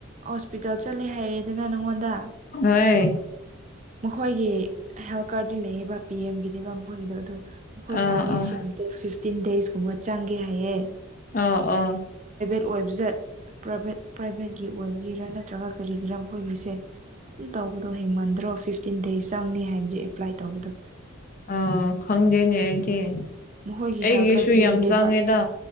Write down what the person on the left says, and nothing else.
ꯍꯩ
ꯑꯥ
ꯑꯥ
ꯑꯧ ꯑꯧ
ꯑ ꯈꯪꯗꯦꯅꯦ ꯑꯩꯇꯤ
ꯑꯩꯒꯤꯁꯨ
ꯌꯥꯝ
ꯆꯥꯡꯉꯦꯗ